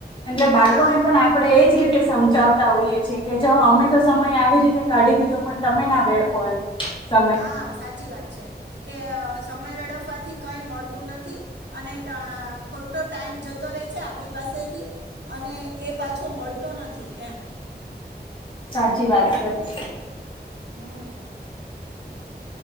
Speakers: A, on the left (about 30°); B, on the right (about 85°).
A: એટલે બાળકોને
B: હા
A: પણ આપણે એજ રીતે સમજાવતા હોઈએ છેએ કે જો અમે તો સમય આ આવી રીતે કાઢી દીધો પણ તમે ના વેડફો એમ સમય
B: હા સાચી વાત છે, કે સમય વે ડફવાથી કઈ મળતું નથી. અને ખોટો ટાઈમ જતો રહે છે આપણી પાસેથી અને એ પાછો મળતો નથી એમ.
A: સાચી વાત કરી.
B: હમ્મ.